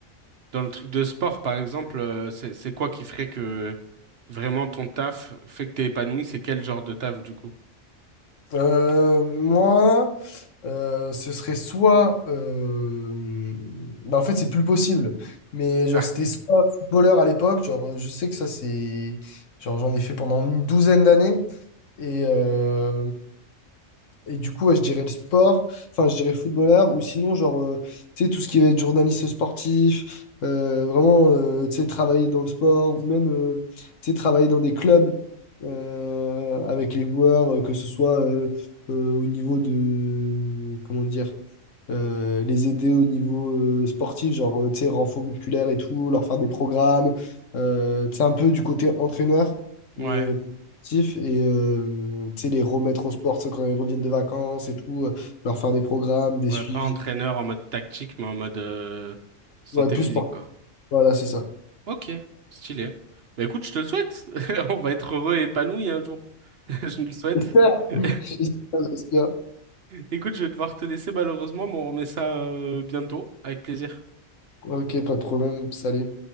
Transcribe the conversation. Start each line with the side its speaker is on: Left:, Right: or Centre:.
Right: dans le truc de sport, par exemple, euh, c'est, c'est quoi qui ferait que vraiment ton taf fait que t'es épanoui? C'est quel genre de taf, du coup?
Left: Euh, moi, euh, ce serait soit. euh, bah, en fait, c'est plus possible. Mais genre,
Right: Ah,
Left: c'était soit footballeur à l'époque. Genre, euh, je sais que ça, c'est. Genre, j'en ai fait pendant une douzaine d'années. Et, euh, et du coup, ouais, je dirais le sport, enfin, je dirais footballeur, ou sinon, genre, euh, tu sais, tout ce qui va être journaliste sportif, euh, vraiment, euh, tu sais, travailler dans le sport, ou même, euh, tu sais, travailler dans des clubs euh, avec les joueurs, euh, que ce soit euh, euh, au niveau de, comment dire, euh, les aider au niveau euh, sportif, genre, euh, tu sais, renfort musculaire et tout, leur faire des programmes, euh, tu sais, un peu du côté entraîneur,
Right: ouais,
Left: mais euh, sportif, et euh, tu sais, les remettre au sport, tu sais, quand ils reviennent de vacances et tout, euh, leur faire des programmes, des
Right: ouais,
Left: suivis.
Right: pas entraîneur en mode tactique, mais en mode euh, santé
Left: Ouais, plus
Right: physique,
Left: sportif,
Right: quoi.
Left: voilà, c'est ça.
Right: Ok, stylé. Bah écoute, je te le souhaite. <laughs> On va être heureux et épanoui un jour. <laughs> Je nous le souhaite.
Left: Super.
Right: <laughs>
Left: J'espère, j'espère.
Right: Écoute, je vais devoir te laisser malheureusement, mais on remet ça euh, bientôt, avec plaisir.
Left: Ok, pas de problème, salut.